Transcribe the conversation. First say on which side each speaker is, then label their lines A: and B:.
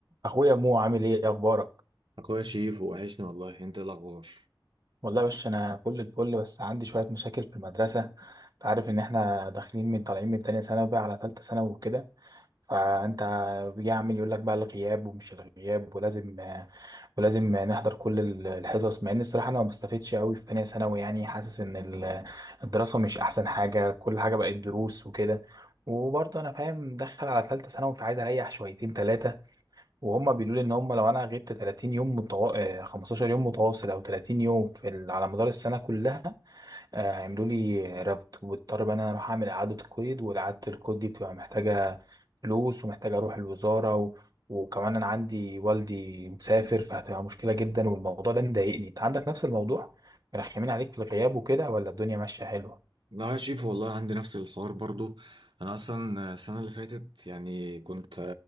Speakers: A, on the right; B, on the right.
A: اخويا مو عامل ايه إيه اخبارك
B: اخويا شيف وحشني والله انت إيه الاخبار
A: والله يا باشا انا فل الفل بس عندي شويه مشاكل في المدرسه انت عارف ان احنا داخلين من طالعين من تانية ثانوي بقى على تالتة ثانوي وكده فانت بيجي عامل يقول لك بقى الغياب ومش الغياب ولازم ولازم نحضر كل ال- الحصص مع ان الصراحه انا ما بستفدش قوي في تانية ثانوي يعني حاسس ان ال- الدراسه مش احسن حاجه كل حاجه بقت دروس وكده وبرضه انا فاهم داخل على تالتة ثانوي فعايز اريح شويتين تلاتة وهم بيقولوا لي ان هم لو انا غبت 30 يوم متو... آه، 15 يوم متواصل او 30 يوم في ال... على مدار السنه كلها آه، هيعملوا لي رفض واضطر بقى ان انا اروح اعمل اعاده قيد واعاده القيد دي بتبقى محتاجه فلوس ومحتاجه اروح الوزاره و... وكمان انا عندي والدي مسافر فهتبقى مشكله جدا والموضوع ده مضايقني انت عندك نفس الموضوع مرخمين عليك في الغياب وكده ولا الدنيا ماشيه حلوه
B: لا يا شيف والله عندي نفس الحوار برضو انا اصلا السنه اللي فاتت يعني كنت